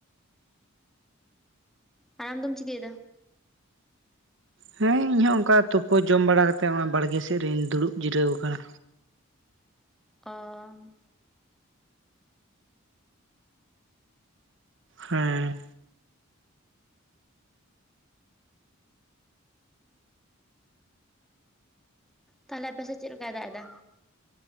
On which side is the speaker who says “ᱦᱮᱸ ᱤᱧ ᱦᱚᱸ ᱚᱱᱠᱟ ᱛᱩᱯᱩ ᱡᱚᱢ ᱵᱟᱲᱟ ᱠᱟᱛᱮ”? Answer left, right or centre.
Right